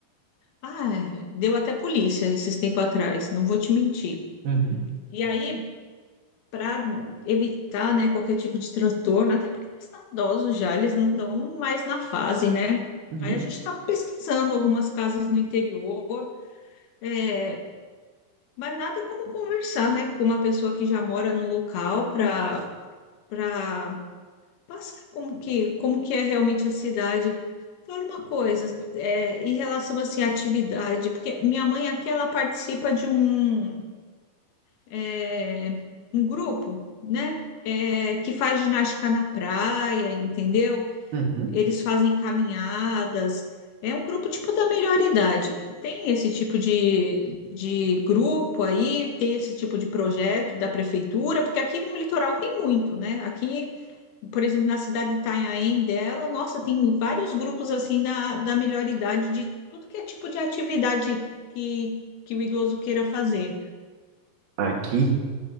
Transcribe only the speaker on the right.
Uhum,
uhum,
uhum.
Aqui,